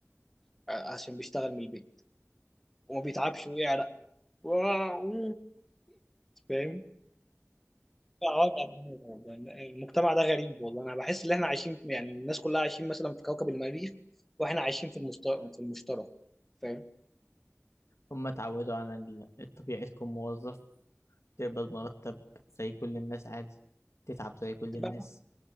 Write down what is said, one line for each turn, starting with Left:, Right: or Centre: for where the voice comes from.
Centre: ع- عشان بيشتغل من البيت وما بيتعبش ويعرق واو. فاهم لا، وجع دماغ والله. المجتمع ده غريب والله انا بحس ان احنا عايشين في- يعني الناس كلها عايشين مثلا في كوكب المريخ واحنا عايشين في المست... في المشترك فاهم
Left: هما اتعودوا على ال- الطبيعي تكون موظف تقبض مرتب زي كل الناس عادي تتعب زي كل
Centre: تبقى
Left: الناس